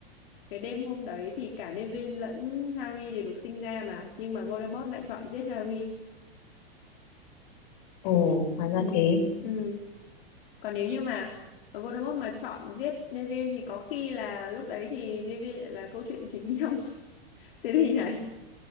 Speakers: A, on the left; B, on the left.
A: cái đêm hôm đấy thì cả Neville lẫn Harry đều được sinh ra mà nhưng mà Voldemort lại chọn giết Harry
B: ồ hóa ra
A: ừ.
B: thế
A: Ừ. Còn nếu như mà Voldemort mà chọn giết Neville thì có khi là lúc đấy thì Neville là câu chuyện chính trong <laughs> series này